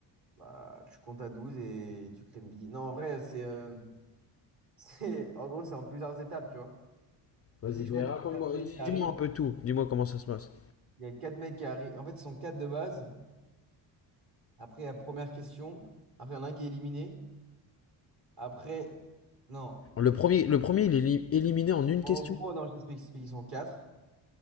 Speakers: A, on the right; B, on the left.
A: Bah, tu comptes à 12 et tu crées le billet. Non, en vrai, c'est, euh, <laughs> c'est, en gros, c'est en plusieurs étapes, tu vois.
B: Vas-y,
A: Je sais que
B: ben
A: je crois qu'il
B: raconte-moi,
A: y a une année
B: dis-
A: qui arrive.
B: dis-moi un peu tout. Dis-moi comment ça se passe.
A: Il y a quatre mecs qui arrivent. En fait, ils sont quatre de base. Après, la première question. Après, il y en a un qui est éliminé. Après, non.
B: Le premier, le premier, il est li- éliminé en une
A: En
B: question.
A: gros, non, je t'explique. je t'explique, Ils sont quatre.